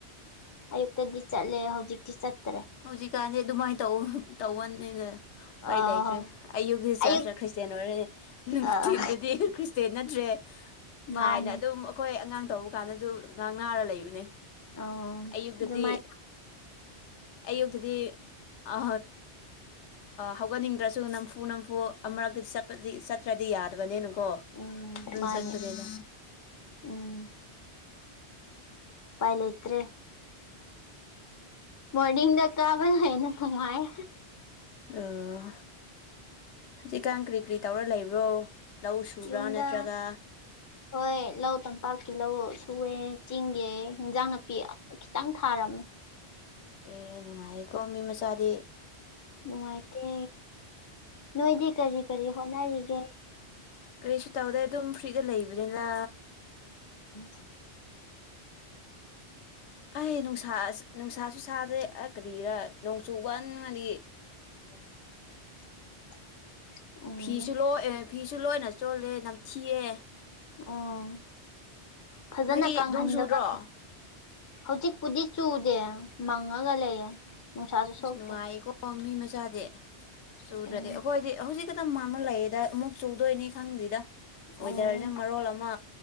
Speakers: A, on the left (about 25°); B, on the left (about 85°).
A: ꯑꯌꯨꯛꯇꯗꯤ ꯆꯠꯂꯦ ꯍꯧꯖꯤꯛꯇꯤ ꯆꯠꯇ꯭ꯔꯦ
B: ꯍꯧꯖꯤꯛꯀꯥꯟꯗꯤ ꯑꯗꯨꯃꯥꯏꯅ ꯇꯧ ꯇꯧꯅꯤꯅ ꯑꯩ
A: ꯑꯥ
B: ꯑꯩ ꯂꯩꯇ꯭ꯔꯦ ꯑꯩꯌꯨꯛꯁꯤ ꯆꯔꯆꯇ
A: ꯑꯌꯨꯛ
B: ꯈ꯭ꯔꯤꯁꯇꯦꯟ ꯑꯣꯏꯔꯅꯤ ꯅꯨꯡꯊꯤꯟꯗꯗꯤ
A: ꯑꯥ
B: ꯈ꯭ꯔꯤꯁꯇꯦꯟ ꯅꯠꯇ꯭ꯔꯦ
A: ꯃꯥꯅꯦ
B: ꯊꯥꯏꯅ ꯑꯗꯨꯝ ꯑꯩꯈꯣꯏ ꯑꯉꯥꯡ ꯇꯧꯕ ꯀꯥꯟꯗꯁꯨ ꯉꯥꯡ ꯅꯥꯔ ꯂꯩꯕꯅꯦ
A: ꯑꯣꯃꯥꯏ
B: ꯑꯌꯨꯛꯇꯗꯤ ꯑꯌꯨꯛꯇꯗꯤ ꯑ ꯍꯧꯒꯠꯅꯤꯡꯗ꯭ꯔꯁꯨ ꯅꯝꯐꯨ ꯅꯝꯐꯨ ꯑꯃꯛꯇꯗꯤ ꯆ ꯆꯠꯄꯗꯤ ꯆꯠꯇ꯭ꯔꯗꯤ ꯌꯥꯗꯕꯅꯤꯅꯀꯣ
A: ꯎꯝ
B: ꯑꯗꯨꯝ
A: ꯃꯥꯅꯦ
B: ꯆꯠꯄꯅꯤꯅ
A: ꯎꯝ ꯄꯥꯏ ꯂꯩꯇ꯭ꯔꯦ ꯃꯣꯔꯅꯤꯡꯗ ꯀꯥꯕꯅꯅ ꯍꯤꯟꯅ ꯅꯨꯡꯉꯥꯏ
B: ꯑꯣ ꯍꯧꯖꯤꯛꯀꯥꯟ ꯀꯔꯤ ꯀꯔꯤ ꯇꯧꯔ ꯂꯩꯕ꯭ꯔꯣ ꯂꯧ ꯁꯨꯕ꯭ꯔꯥ
A: ꯌꯨꯝꯗ
B: ꯅꯠꯇ꯭ꯔꯒ
A: ꯍꯣꯏ ꯂꯧ ꯇꯝꯄꯥꯛꯀꯤꯤ ꯂꯧ ꯁꯨꯑꯦ ꯆꯤꯡꯒꯦ ꯏꯟꯖꯥꯡ ꯅꯥꯄꯤ ꯈꯤꯇꯪ ꯊꯥꯔꯝꯃꯦ
B: ꯑꯦ ꯅꯨꯡꯉꯥꯏꯌꯦꯀꯣ ꯃꯤ ꯃꯆꯥꯗꯤ
A: ꯅꯨꯡꯉꯥꯏꯇꯦ ꯅꯣꯏꯗꯤ ꯀꯔꯤ ꯀꯔꯤ ꯍꯣꯠꯅꯔꯤꯒꯦ
B: ꯀꯔꯤꯁꯨ ꯇꯧꯗꯦ ꯑꯗꯨꯝ ꯐ꯭ꯔꯤꯗ ꯂꯩꯕꯅꯤꯅ
A: ꯎꯝ
B: ꯑꯩ ꯅꯨꯡꯁꯥ ꯅꯨꯡꯁꯥꯁꯨ ꯁꯥꯗ꯭ꯔꯦ ꯑ ꯀꯔꯤꯔ ꯅꯣꯡꯆꯨ ꯋꯥꯟꯉꯗꯤ ꯎꯝ
A: <inaudible> ꯎꯝ
B: ꯐꯤꯁꯨ ꯂꯣꯏ ꯐꯤꯁꯨ ꯂꯣꯏꯅ ꯆꯣꯜꯂꯦ ꯅꯝꯊꯤꯔꯦ
A: ꯎꯝ ꯐꯖꯅ
B: ꯅꯣꯏꯗꯤ
A: ꯀꯪꯍꯟꯗꯕ
B: ꯅꯣꯡ ꯆꯨꯗ꯭ꯔꯣ
A: ꯍꯧꯖꯤꯛꯄꯨꯗꯤ ꯆꯨꯗꯦ ꯃꯪꯉꯒ ꯂꯩꯌꯦ ꯅꯨꯡꯁꯥꯁꯨ
B: ꯑꯁ
A: ꯁꯣꯛꯇꯦ
B: ꯅꯨꯡꯉꯥꯏꯀꯣ ꯃꯤ ꯃꯆꯥꯗꯤ ꯁꯨꯗ꯭ꯔꯗꯤ
A: ꯎꯝ
B: ꯑꯩꯈꯣꯏꯗꯤ ꯍꯧꯖꯤꯛ ꯇ ꯃꯥ ꯑꯃ ꯂꯩꯌꯦꯦꯗ ꯑꯃꯨꯛ ꯆꯨꯗꯣꯏꯅꯤ ꯈꯪꯗꯗ ꯋꯦꯗꯔꯅ
A: ꯎꯝ
B: ꯃꯔꯣꯜ ꯑꯃ